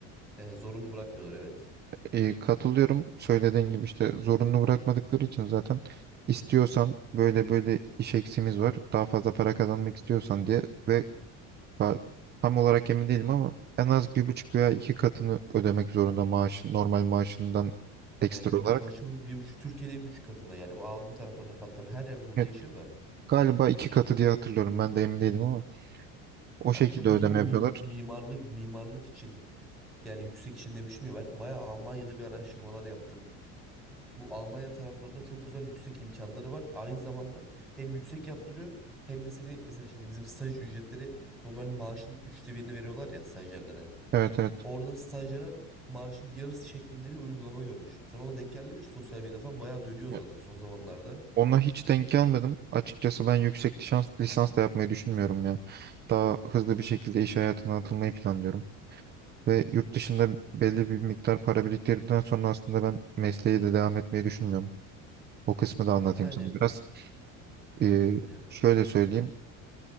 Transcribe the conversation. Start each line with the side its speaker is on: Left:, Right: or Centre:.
Centre: Ee, zorunlu bırakmıyorlar evet.
Right: E, katılıyorum. Söylediğin gibi işte zorunlu bırakmadıkları için zaten istiyorsan böyle böyle iş eksimiz var. Daha fazla para kazanmak istiyorsan diye ve ba- tam olarak emin değilim ama en az bir buçuk veya iki katını ödemek zorunda maaşın normal maaşından ekstra
Centre: Yani günlük
Right: olarak.
Centre: maaşının bir buçuk, Türkiye'de bir buçuk katında yani bu Avrupa taraflarında falan tabii her yerde bu
Right: Evet,
Centre: değişiyor da.
Right: galiba iki katı diye hatırlıyorum. Ben de emin değilim ama o
Centre: Kanka
Right: şekilde
Centre: peki
Right: ödeme
Centre: bu
Right: yapıyorlar.
Centre: mi- mimarlık mimarlık için yani yüksek için demiştim ya ben bayağı Almanya'da bir araştırmalar yaptım. Bu Almanya taraflarında çok güzel yüksek imkanları var. Aynı zamanda hem yüksek yaptırıyor hem de seni mesela şimdi bizim staj ücretleri normal maaşın üçte birini veriyorlar ya stajyerlere.
Right: Evet evet.
Centre: Orada stajyere maaşın yarısı şeklinde bir uygulama görmüştüm. Sen ona denk geldi mi hiç? Sosyal medyada falan bayağı dönüyor
Right: Ya,
Centre: zaten son zamanlarda.
Right: Ona hiç denk gelmedim. Açıkçası ben yüksek lisans, lisans da yapmayı düşünmüyorum ya. Daha hızlı bir şekilde iş hayatına atılmayı planlıyorum. Ve yurt dışında belli bir miktar para biriktirdikten sonra aslında ben mesleği de devam etmeyi düşünmüyorum. O kısmı da anlatayım
Centre: Yani
Right: sana biraz. Ee,
Centre: evet dinliyorum.
Right: şöyle söyleyeyim.